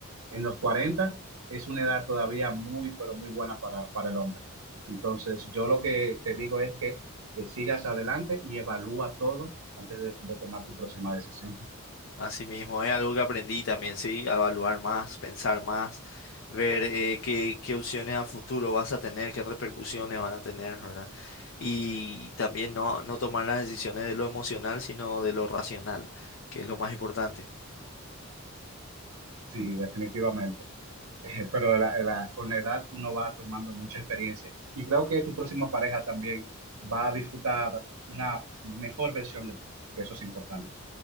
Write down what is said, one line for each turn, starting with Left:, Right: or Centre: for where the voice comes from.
Right: en los 40 es una edad todavía muy, pero muy buena para, para el hombre. Entonces, yo lo que te digo es que, que sigas adelante y evalúa todo antes de, de tomar tu próxima decisión. <laughs>
Left: Así mismo, es algo que aprendí también, sí, a evaluar más, pensar más, ver eh, qué, qué opciones a futuro vas a tener, qué repercusiones van a tener, ¿verdad? Y también no, no tomar las decisiones de lo emocional, sino de lo racional, que es lo más importante.
Right: Sí, definitivamente. Eh, Pero la- la- con la edad uno va tomando mucha experiencia y creo que tu próxima pareja también va a disfrutar una mejor versión de ti, que eso es importante.